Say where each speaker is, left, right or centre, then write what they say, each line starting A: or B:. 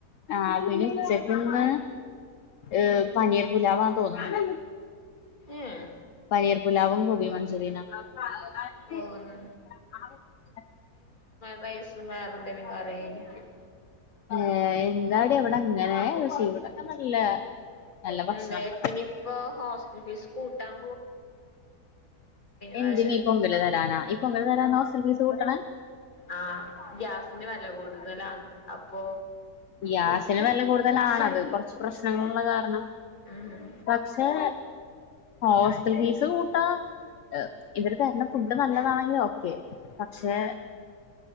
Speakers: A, on the left; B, on the left.
A: ആ പിന്നെ ഉച്ചക്കിന്ന് ഏഹ്
B: ഉം
A: പനീർ പുലാവന്ന് തോന്നണ്
B: ഏഹ്
A: പനീർ പുലാവും ഗോബി മഞ്ചൂരിന <unintelligible>
B: ഓഹ് വൈസ് വേറെ എന്തെങ്കിലും കാറിയാരിക്കും
A: ഏ എന്താടി അവിടെ അങ്ങനെ ക്ഷെ ഇവിടൊക്കെ നല്ല
B: <unintelligible>
A: നല്ല ഭക്ഷണങ്ങളാ
B: പിന്ന ഇപ്പോ ഹോസ്റ്റൽ ഫീസ് കൂട്ടാം
A: എന്തിന്
B: പ്രാവശ്യം
A: ഇപ്പൊങ്കല് തരാനാ ഈ പൊങ്കല് തരാനാ ഹോസ്റ്റൽ ഫീസ് കൂട്ടണേ
B: ആ ഗ്യാസിന് വെല കൂടുതലാന്ന്‌ അപ്പോ
A: ഗ്യാസിന് വെല കൂടുതലാണത് കുറച്ച് പ്രശ്നങ്ങളുള്ള കാരണം
B: ഉം
A: പക്ഷേ ഹോസ്റ്റൽ ഫീസ് കൂട്ടാ <unintelligible> ഇവര് തരുന്ന ഫുഡ് നല്ലതാണെങ്കി ഓ കെ പക്ഷെ
B: ഉം